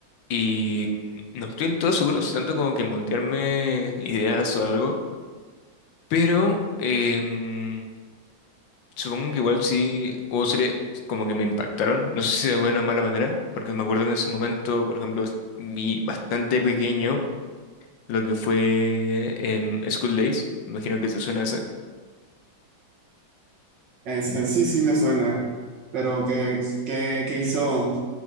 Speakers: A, on the left; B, on the right.
A: y mm, no estoy del todo seguro, si tanto como que moldearme ideas o algo, pero em, supongo que igual sí hubo series como que me impactaron, no sé si de buena o mala manera, porque me acuerdo que en su momento, por ejemplo, s- vi bastante pequeño lo que fue em, School Days, me imagino que te suena ese.
B: Este, sí, sí me suena, pero ¿qué, qué, qué hizo?